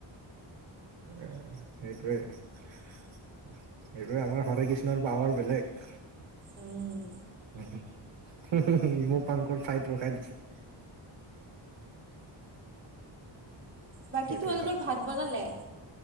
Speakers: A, on the right; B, on the right.
A: অহ, হেইটোৱে। সেইটোৱে আমাৰ হৰে কৃষ্ণৰ পাৱাৰ বেলেগ।
B: উম।
A: উম, মোৰ পাংকৰ ফাইট ৰখাই দিছে।
B: বাকী
A: সেইটো
B: তোমালোকৰ
A: এটা
B: ভাত বনালে?